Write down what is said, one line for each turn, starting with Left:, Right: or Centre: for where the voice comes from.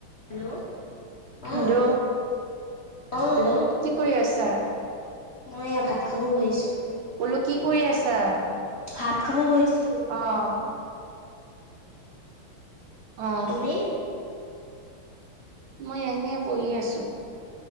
Left: হেল্ল'। অ
Right: হেল্ল'।
Left: অ, হেল্ল'।
Right: কি কৰি আছা?
Left: মই এয়া ভাত খাব বহিছো।
Right: বোলো কি কৰি আছা?
Left: ভাত খাব বহিছো।
Right: অ', অ।
Left: তুমি
Right: মই এনে বহি আছো।